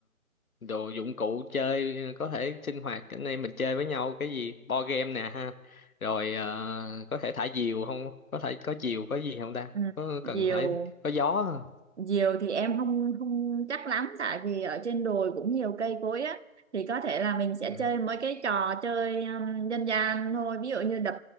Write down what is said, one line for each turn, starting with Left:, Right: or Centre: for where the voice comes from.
Left: đồ dụng cụ chơi có thể sinh hoạt anh em mình chơi với nhau cái gì board game nè ha rồi à, có thể thả diều không có thể có diều có gì không ta
Right: ừ,
Left: có
Right: nhiều
Left: cần phải có gió không?
Right: Diều thì em không không chắc lắm tại vì ở trên đồi cũng nhiều cây cối á thì có thể là mình sẽ
Left: ừ.
Right: chơi mấy cái trò chơi um, dân gian thôi ví dụ như đập